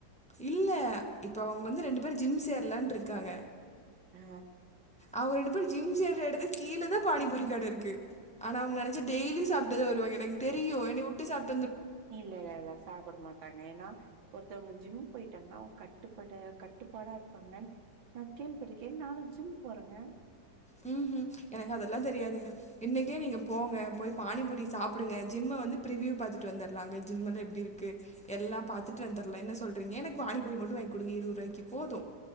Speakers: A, in the centre; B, on the right.
A: இல்ல இப்ப அவுங்க வந்து ரெண்டு பேரு ஜிம் சேர்லான் இருக்காங்க
B: ஆ
A: அவுங்க ரெண்டு பேரு ஜிம் சேர எடத்துக்கு கீழ தா பானிபூரிக்கட இருக்கு ஆனா‌ அவுங்க நெனச்சா டெய்லி சாப் டுதா வருவாங்க எனக் தெரியு என்னை வுட்டு சாப்
B: இல்ல இல்ல இல்ல சாப்ட மாட்டாங்க ஏன்னா ஒருத்தவங்க ஜிம் போயிட்டாங்கன்னா அவுங்க கட் கட்டுப்பாடு கட்டுப்பாடா இருப்பாங்கன் நா கேள்விபட்ருக்கேன் நானு ஜிம் போறங்க
A: ஹும் எனக்கு அதெல்லா தெரியாதுங்க இன்னைக்கே நீங்க போங்க போய் பானிபூரி சாப்டுங்க ஜிம்ம வந்து பிரிவியூ பாத்துட்டு வந்துர்லாங்க ஜிம்லா எப்டி இருக்கு எல்லாம் பாத்துட்டு வந்துர்லா என்ன சொல்றீங்க எனக் பானிபூரி மட்டு வாங்கி குடுங்க இருவது ரூவாய்க்கு போது